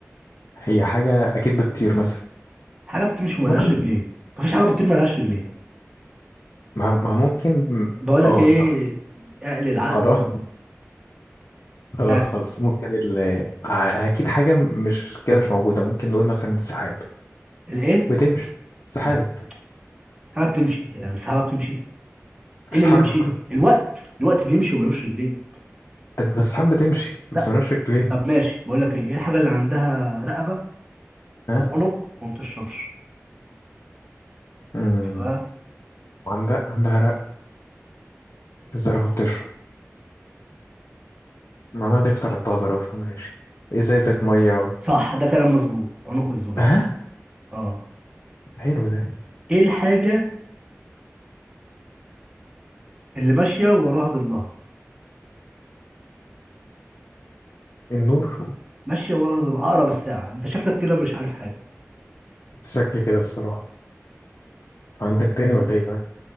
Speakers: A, on the left; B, on the right.
A: هي حاجة أكيد بتطير مثلا
B: حاجه بتمشي وملهاش
A: ممكن
B: رجلين مفيش حاجه بتطير ملهاش رجلين
A: ما ما ممكن
B: بقول لك
A: اه
B: ايه
A: صح
B: اقل العقل
A: خلاص خلاص
B: ها
A: خلاص ممكن ال ع- أكيد حاجة مش كده مش موجودة ممكن نقول مثلا السحاب
B: الايه
A: بتمشي السحاب
B: لا حاجه بتمشي يعني السحابه بتمشي ايه
A: بتتحرك
B: اللي بيمشي الوقت الوقت بيمشي وملوش رجلين
A: طب بس السحاب بتمشي بس
B: لا
A: ملهاش رجلين
B: طب ماشي بقول لك ايه ايه الحاجه اللي عندها رقبه
A: ها
B: او عنق وما بتشربش
A: امم
B: شفت بقى
A: عندها عندها رق الزرافة بتشرب معناها ده يفطر الطازة زرافة ماشي إزازة مية
B: صح ده كلام مظبوط عنق الزجاج
A: ها
B: اه
A: حلو ده
B: ايه الحاجه اللي ماشيه وراها ضلها
A: النور
B: ماشيه وراها ضلها اقرب الساعه انت شكلك كده مش عارف حاجه
A: شكل كده الصراحة عندك تاني ولا ايه بقى؟